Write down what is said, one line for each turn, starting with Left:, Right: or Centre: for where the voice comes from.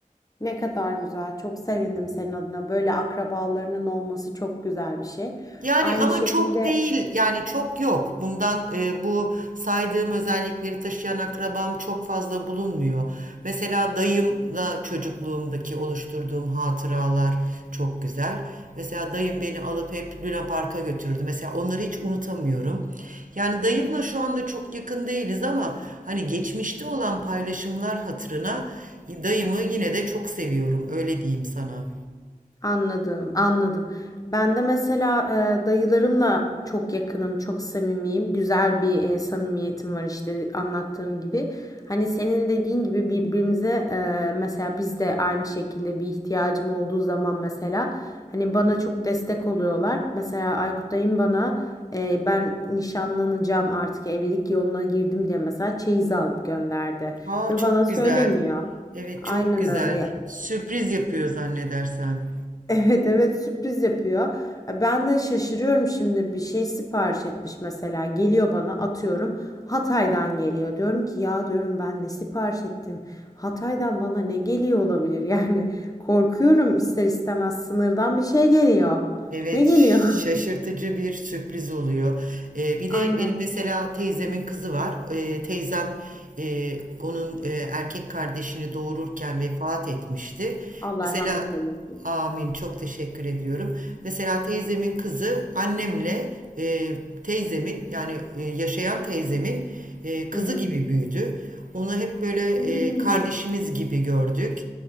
Left: Ne kadar güzel. Çok sevindim senin adına. Böyle akrabalarının olması çok güzel bir şey.
Right: Yani
Left: Aynı
Right: ama
Left: şekilde
Right: çok değil yani çok yok. Bundan e, bu saydığım özellikleri taşıyan akrabam çok fazla bulunmuyor. Mesela dayımla çocukluğumdaki oluşturduğum hatıralar çok güzel. Mesela dayım beni alıp hep Luna Park'a götürürdü. Mesela onları hiç unutamıyorum. Yani dayımla şu anda çok yakın değiliz ama hani geçmişte olan paylaşımlar hatırına dayımı yine de çok seviyorum öyle diyeyim sana.
Left: Anladım, anladım. Ben de mesela e, dayılarımla çok yakınım, çok samimiyim. Güzel bir e, samimiyetim var işte anlattığım gibi. Hani senin dediğin gibi birbirimize e, mesela biz de aynı şekilde bir ihtiyacım olduğu zaman mesela hani bana çok destek oluyorlar. Mesela Aykut dayım bana e, ben nişanlanacağım artık evlilik yoluna girdim diye mesela çeyiz alıp gönderdi
Right: Aa
Left: ve
Right: çok
Left: bana söylemiyor.
Right: güzel. Evet
Left: Aynen
Right: çok güzel.
Left: öyle.
Right: Sürpriz yapıyor zannedersem.
Left: Evet evet sürpriz yapıyor. E, Ben de şaşırıyorum şimdi bir şey sipariş etmiş mesela geliyor bana atıyorum Hatay'dan geliyor. Diyorum ki ya diyorum ben ne sipariş ettim? Hatay'dan bana ne geliyor olabilir yani <laughs> korkuyorum ister istemez sınırdan bir şey geliyor.
Right: Evet,
Left: Ne geliyor?
Right: şaşırtıcı bir sürpriz oluyor. Ee,
Left: <laughs>
Right: bir de
Left: Aynen.
Right: benim mesela teyzemin kızı var. Ee, teyzem e, onun e, erkek kardeşini doğururken vefat etmişti.
Left: Allah
Right: Mesela
Left: rahmet eylesin.
Right: amin çok teşekkür ediyorum. Mesela teyzemin kızı annemle e, teyzemin yani e, yaşayan teyzemin e, kızı
Left: Hı hı.
Right: gibi büyüdü. Onu hep böyle e,
Left: Hmm.
Right: kardeşimiz gibi gördük.